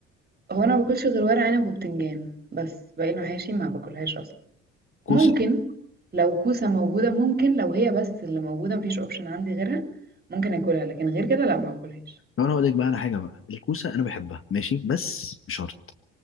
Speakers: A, on the right; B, on the left.
A: هو انا ما باكلش غير ورق عنب وبتنجان بس باقي المحاشي ما باكلهاش اصلا
B: كوسه
A: ممكن لو كوسه موجوده ممكن لو هي بس اللي موجوده مفيش اوبشن عندي غيرها ممكن اكلها لكن غير كده لا ما باكلهاش
B: لو انا اقول لك بقى على حاجه بقى الكوسه انا بحبها ماشي بس بشرط